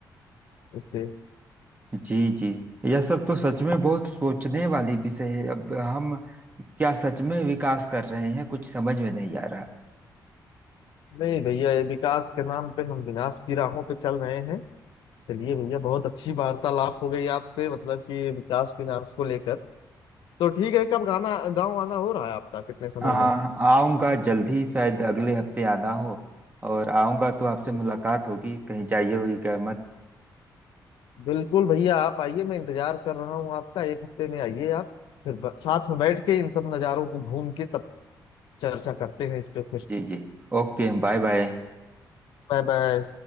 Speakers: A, on the left (about 85°); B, on the right (about 25°).
A: उससे
B: जी जी यह सब तो सच में बहुत सोचने वाली विषय है अब हम क्या सच में विकास कर रहे हैं कुछ समझ में नहीं आ रहा
A: नहीं भैया ये विकास के नाम पे हम विनाश की राहों पे चल रहे हैं चलिए भैया बहुत अच्छी वार्तालाप हो गई आपसे मतलब कि विकास विनाश को लेकर तो ठीक है कब गाना गाँव आना हो रहा है आपका कितने समय
B: आ, आऊंगा जल्दी शायद अगले हफ्ते आना हो और आऊंगा तो आपसे
A: में
B: मुलाकात होगी कहीं जाइए हुई मत
A: बिल्कुल भैया आप आइए मैं इंतजार कर रहा हूँ आपका एक हफ्ते में आइए आप फिर ब- साथ में बैठ के इन सब नज़ारों को घूम के तब चर्चा करते हैं इस पे फिर
B: जी जी Okay bye bye
A: Bye bye